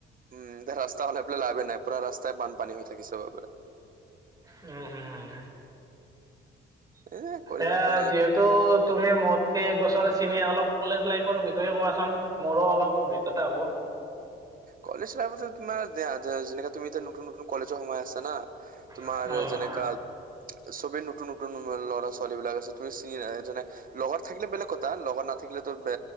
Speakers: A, on the right; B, on the right.
A: উম, এতিয়া ৰাস্তা হ'লে এফালে লাভেই নাই পুৰা ৰাস্তাই বানপানী হৈ থাকিছে গে বোলে।
B: উম, উম।
A: এ কৰিব
B: এয়া
A: একো নাই
B: যিহেতু তুমি মোত সেই এক বছৰখিনিয়ে অলপ কলেজ লাইফৰ বিষয়ে কোৱাচোন মোৰো অলপ অভিজ্ঞতা হ'ব।
A: কলেজ লাইফতে তোমাৰ যেনেকা তুমি নতুন নতুন কলেজৰ সময় আছে না তোমাৰ
B: অ',
A: যেনেকা চবেই নতুন নতুন ল'ৰা ছোৱালীবিলাক আছে তুমি চিন এ যেনে লগত থাকিলে বেলেগ কথা লগত নাথাকিলেতো বে